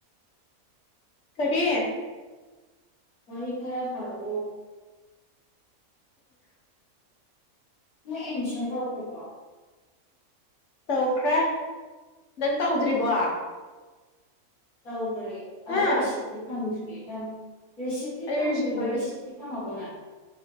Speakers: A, on the left; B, on the left.
A: ꯀꯔꯤ
B: ꯍ ꯈꯔ ꯍꯥꯏꯥꯎ ꯅꯣꯏ ꯑꯦꯗꯃꯤꯁꯟ ꯇꯧꯔꯈ꯭ꯔꯕꯣ
A: ꯇꯧꯈ꯭ꯔꯦ ꯅꯪ ꯇꯧꯗ꯭ꯔꯤꯕꯣ
B: ꯇꯧꯈ꯭ꯔꯦ
A: ꯑꯩ
B: ꯑꯗꯨꯁꯤꯛꯇ ꯐꯪꯗ꯭ꯔꯤꯦꯗ ꯔꯤꯁꯤꯞꯇꯤ ꯐꯥꯝꯗ꯭ꯕ
A: ꯔꯤꯁꯤꯞ ꯐꯪꯗ꯭ꯔꯤ
B: ꯔꯤꯁꯤꯞꯤ ꯐꯥꯝꯒꯗ